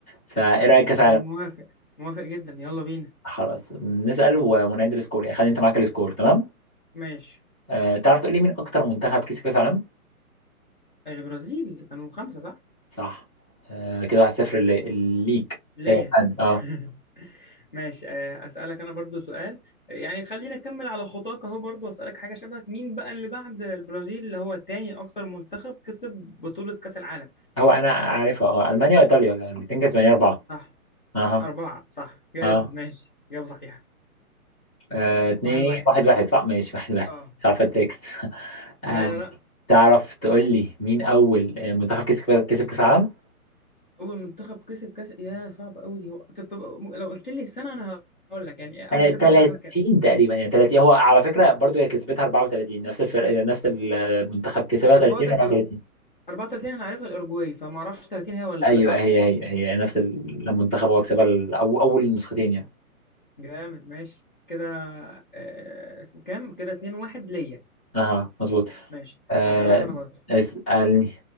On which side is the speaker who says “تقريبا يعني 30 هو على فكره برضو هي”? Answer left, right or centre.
Centre